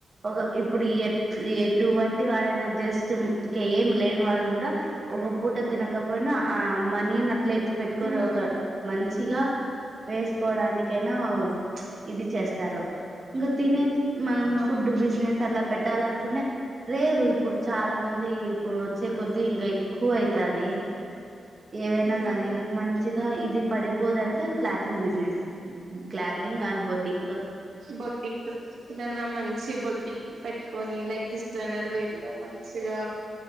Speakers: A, on the right; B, on the right.
A: ఒక ఇప్పుడు టు వంటి వాడైనా జస్ట్ ఇంకా ఏమి లేని వాడు కూడా ఒక పూట తినకపోయినా నా ఆ మనీని అట్లయిత్తే పెట్టుకొని
B: హ్మ్
A: ఒక మంచిగా వేసుకోడానికైనా ఇది చేస్తారు ఇంకా తినే మనం
B: అవునండి
A: ఫుడ్ బిజినెస్ అలా పెట్టాలనుకుననా లేరు ఇప్పుడు చాలా మంది ఇప్పుడు వచ్చే కొద్దిీ ఇంకా ఎక్కువ అవుతుంది ఏవైనా
B: హ్మ్
A: గాని మంచిగా ఇది పడిపోదంటే clothing business clothing and boutique
B: boutique ఏదన్నా మంచి బొట్టిక్ పెట్టుకొని లైక్ ద జనర్వేరిలో మంచిగా